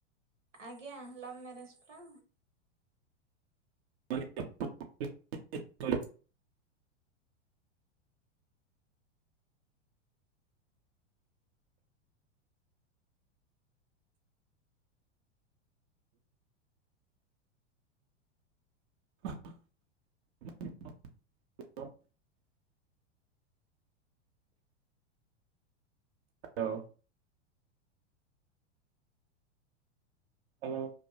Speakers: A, on the right; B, on the right.
A: ଆଜ୍ଞା ଲଭ୍ ମ୍ୟାରେଜ୍ ପା।
B: <unintelligible> ହ <unintelligible> ହ୍ୟାଲୋ। ହ୍ୟାଲୋ।